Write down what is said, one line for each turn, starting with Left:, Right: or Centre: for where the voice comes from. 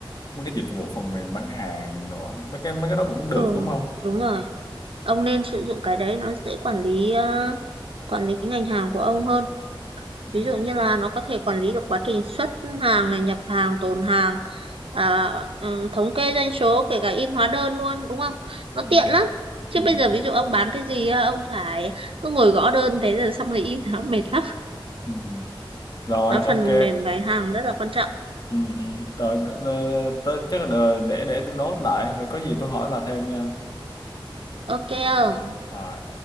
Left: mấy cái dịch vụ phần mềm bán hàng đó mấy cái mấy cái đó cũng
Right: ừ
Left: được đúng không
Right: đúng rồi ông nên sử dụng cái đấy nó dễ quản lý ờ, quản lý ngành hàng của ông hơn
Left: ừ,
Right: ví dụ như là nó có thể quản lý được quá trình xuất hàng này nhập hàng tồn hàng à, ừ, thống kê doanh số kể cả in hóa đơn luôn đúng không nó
Left: ừ,
Right: tiện lắm chứ
Left: ừ,
Right: bây giờ ví dụ ông bán cái gì á, ông phải cứ ngồi gõ đơn thế rồi xong rồi in <laughs> nó mệt lắm
Left: ừ. rồi
Right: nó
Left: ok
Right: phần mềm bán hàng rất là quan trọng
Left: ừ, ừ. rồi ờ, ờ, tớ, chắc là để để tôi nốt lại rồi có gì tôi hỏi bà thêm nha
Right: ok không
Left: rồi